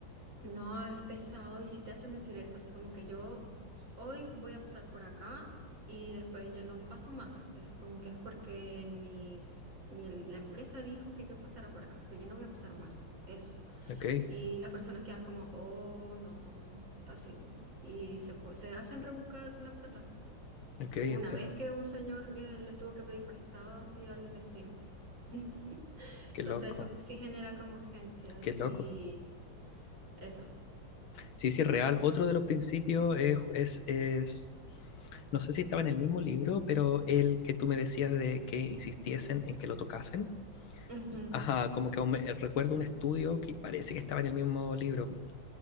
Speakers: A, on the right (about 70°); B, on the left (about 90°).
A: No, es pesado y si te hacen decir eso, así como que yo hoy voy a pasar por acá y después ya no paso más. Eso como que es porque mi, mi- la empresa dijo que yo pasara por acá, pero yo no voy a pasar más. Eso.
B: Ok,
A: Y las personas quedan como, oh, no, así. como- Y se, po- se hacen rebuscar la plata.
B: ok,
A: Hubo una
B: entiendo.
A: vez que un señor eh, le tuvo que pedir prestado así al vecino. <laughs>
B: Qué
A: Entonces
B: loco,
A: eso sí genera como urgencia
B: qué loco.
A: y eso.
B: Sí, sí, es real. Otro de los principios es, es, es, no sé si estaba en el mismo libro, pero el que tú me decías de que insistiesen en que lo tocasen.
A: Ujú,
B: Ajá, como que aún me- recuerdo un estudio que parece que estaba en el mismo libro,